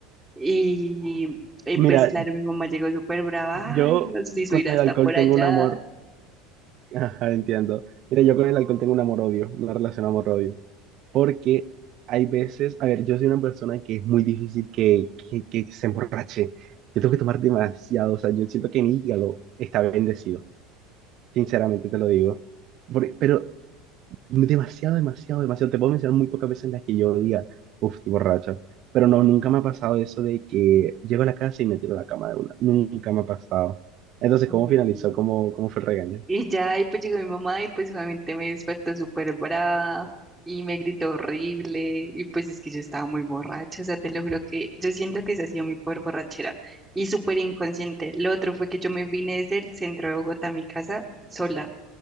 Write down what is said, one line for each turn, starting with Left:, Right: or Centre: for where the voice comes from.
Centre: Y, y
Right: Mira,
Centre: pues claro, mi mamá llegó súper brava,
Right: yo
Centre: ay, nos hizo
Right: con
Centre: ir
Right: el
Centre: hasta
Right: alcohol
Centre: por
Right: tengo
Centre: allá.
Right: un amor, <laughs> ajá, entiendo. Mira, yo con el alcohol tengo un amor-odio, una relación amor-odio, porque hay veces, a ver, yo soy una persona que es muy difícil que, que, que se emborrache. Yo tengo que tomar demasiado, o sea, yo siento que mi hígado está bendecido, sinceramente te lo digo. Por- pero Demasiado, demasiado, demasiado. Te puedo mencionar muy pocas veces en las que yo diga, uff, estoy borracho. Pero no, nunca me ha pasado eso de que llego a la casa y me tiro a la cama de una. Nunca me ha pasado. Entonces,
Centre: Ay,
Right: ¿cómo finalizó?
Centre: sí.
Right: ¿Cómo, cómo fue el regaño?
Centre: Y ya, y pues llegó mi mamá y pues obviamente me despertó súper brava y me gritó horrible y pues es que yo estaba muy borracha, o sea, te lo juro que yo siento que esa ha sido mi peor borrachera y súper inconsciente. Lo otro fue que yo me vine desde el centro de Bogotá a mi casa sola,